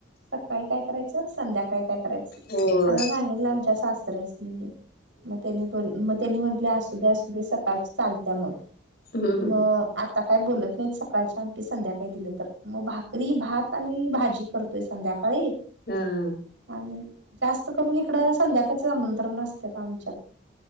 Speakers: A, on the right; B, on the left.
A: सकाळी काय करायचं, संध्याकाळी काय करायचं
B: होय.
A: असं सांगितलं आमच्या सासऱ्यांसानी मग मग त्यांनी म्हटलं, असू दे असू दे सकाळचं चालतय मग
B: हं, हं,
A: मं आता काय बोलत नाहीत, सकाळची आमटी संध्याकाळी दिललं तर मग भाकरी भात आणि भाजी करतोय संध्याकाळी.
B: हां.
A: आणि जास्त करून इकड संध्याकाळी आमंत्रण असते का आमच्यात?